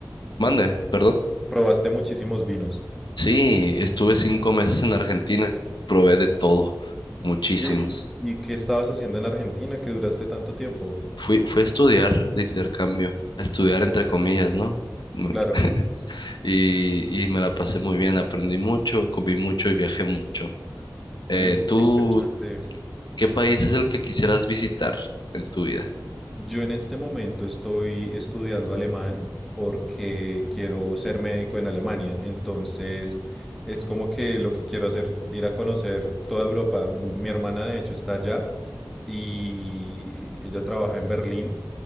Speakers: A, on the left; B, in the centre.
A: Mande, perdón.
B: probaste muchísimos vinos.
A: Sí, estuve cinco meses en Argentina, probé de todo, muchísimos.
B: Sí. ¿Y qué estabas haciendo en Argentina que duraste tanto tiempo?
A: Fui, fui a estudiar de intercambio, a estudiar entre comillas, ¿no? Me-
B: Claro.
A: <laughs> Y, y me la pasé muy bien, aprendí mucho, comí mucho y viajé mucho.
B: Oye,
A: Eh, ¿tú
B: qué interesante.
A: qué país es el que quisieras visitar en tu vida?
B: Yo en este momento estoy estudiando alemán porque quiero ser médico en Alemania. Entonces, es como que lo que quiero hacer, ir a conocer toda Europa. M- Mi hermana, de hecho, está allá y ella trabaja en Berlín